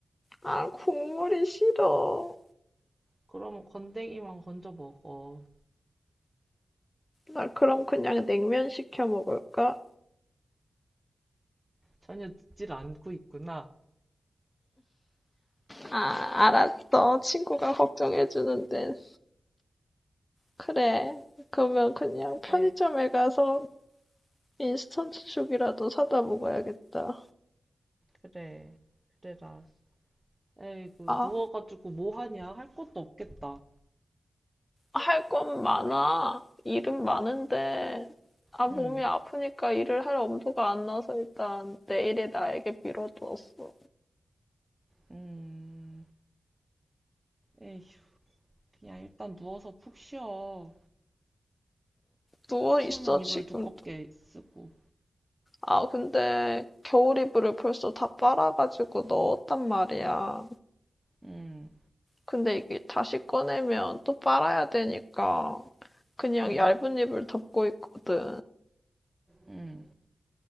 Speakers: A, on the left; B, on the right.
A: 아, 국물이 싫어.
B: 그러면 건더기만 건져 먹어.
A: 나 그럼 그냥 냉면 시켜 먹을까?
B: 전혀 듣질 않고 있구나.
A: 아, 알았어. 친구가 걱정해주는데. 그래. 그러면 그냥 편의점에
B: 그래,
A: 가서 인스턴트 죽이라도 사다 먹어야겠다.
B: 그래, 그래라. 에이그
A: 아,
B: 누워가지고 뭐 하냐? 할 것도 없겠다.
A: 할 건 많아. 일은 많은데, 아, 몸이
B: 응,
A: 아프니까 일을 할 엄두가 안 나서 일단 내일에 나에게 미뤄두었어.
B: 음, 에이, 그냥 일단 누워서 푹 쉬어.
A: 누워
B: 추우면
A: 있어,
B: 이불
A: 지금.
B: 두껍게 쓰고.
A: 아, 근데 겨울 이불을 벌써 다 빨아가지고 넣었단 말이야.
B: 응,
A: 근데 이게 다시 꺼내면 또 빨아야 되니까 그냥
B: 응,
A: 얇은 이불 덮고 있거든.
B: 응,